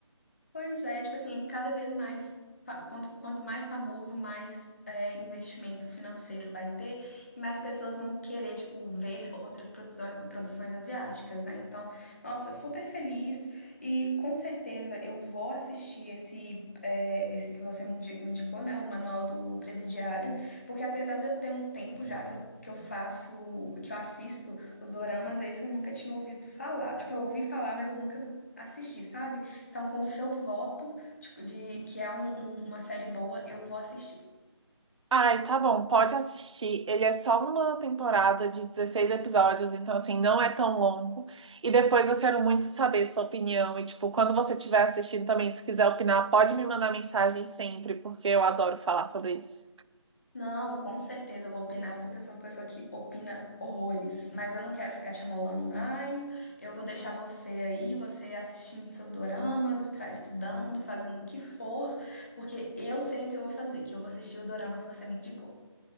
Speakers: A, on the left; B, on the right.
A: Pois é, tipo assim, cada vez mais, fa- quanto, quanto mais famoso, mais é, investimento financeiro vai ter, e mais pessoas vão querer, tipo, ver outras produções, produções asiáticas, né? Então, nossa, super feliz e com certeza eu vou assistir esse, é, esse que você me indi- me indicou, né? O Manual do Presidiário, porque apesar de eu ter um tempo já que eu, que eu faço, que eu assisto os doramas, esse eu nunca tinha ouvido falar. Tipo, eu ouvi falar, mas eu nunca assisti, sabe? Então, com o seu voto de, de que é um- um- uma série boa, eu vou assistir.
B: Ai, tá bom, pode assistir. Ele é só uma temporada de 16 episódios, então assim, não é tão longo. E depois eu quero muito saber sua opinião. E tipo, quando você estiver assistindo também, se quiser opinar, pode me mandar mensagem sempre, porque eu adoro falar sobre isso.
A: Não, com certeza eu vou opinar, porque eu sou uma pessoa que opina horrores. Mas eu não quero ficar te amolando mais. Eu vou deixar você aí, você assistindo seus doramas, tra- estudando, fazendo o que for, porque eu sei o que eu vou fazer, que eu vou assistir o dorama que você me indicou.